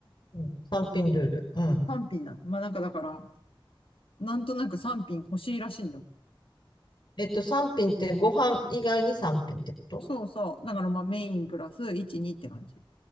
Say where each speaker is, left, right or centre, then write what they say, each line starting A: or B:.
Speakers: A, on the left; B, on the left.
A: うん、3品ルール。うん。
B: 3品なの。まあなんかだから、なんとなく3品欲しいらしいんだもん。
A: えっと、3品ってご飯以外に3品ってこと
B: そうそう。だからまあメインプラス1、2って感じ。